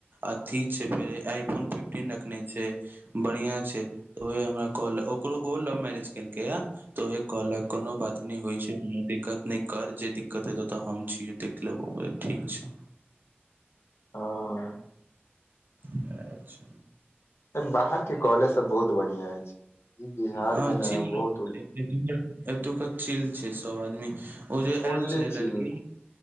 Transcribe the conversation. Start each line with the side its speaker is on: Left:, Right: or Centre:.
Right: अथी छै फेर आई फोन फिफ्टीन रखने छै बढ़िया छै तऽ ओहे हमरा कहलक ओकरो ओ लव मैरेज केलकै या तऽ ओहे कहलक कोनो बात नहि होइ छै दिक्कत नहि कर जे दिक्कत हेतौ तऽ हम छीय देख लेबौ ठीक छै
Left: ह <unintelligible>
Right: <unintelligible> छै
Left: बाहर के कॉलेज सब बहुत बढ़िया छै ई बिहार
Right: हँ
Left: में ने
Right: चिल
Left: बहुत उलटा
Right: <inaudible> एतुका चिल छै सब आदमी ओ जे
Left: फुल्ली
Right: आयल छले
Left: चिल
Right: लड़की
Left: हूँ